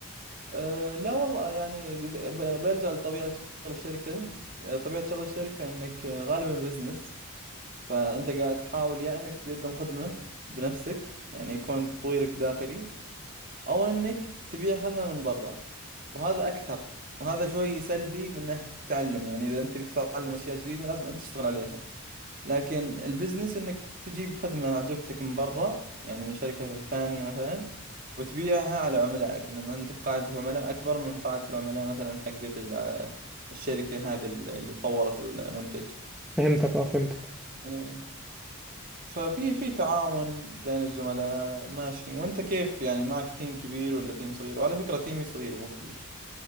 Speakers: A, on the right; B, in the centre.
A: أه لا والله يعني ز- ب- برجع لطبيعة شغل الشركة أه، طبيعة شغل الشركة إنك أه، غالبا بزنس فأنت قاعد تحاول يا إنك تقدم خدمة بنفسك يعني يكون تطويرك داخلي أو إنك تبيع خدمة من برا وهذا أكثر وهذا شوي سلبي من ناحية التعلم يعني إذا أنت بتتعلم أشياء جديدة لازم أنت تشتغل عليها لكن البزنس انك تجيب خدمة عجبتك من برا يعني من شركة ثانية مثلا وتبيعها على عملائك لان عندك قاعدة عملاء اكبر من قاعدة العملاء مثلا حقت ال- الشركة هذه اللي طورت المنتج
B: فهمتك اه فهمتك
A: إيه. ففي في تعاون بين الزملاء ماشي وانت كيف يعني معك تيم كبير ولا تيم صغير وعلى فكرة تيمي صغير مو كبير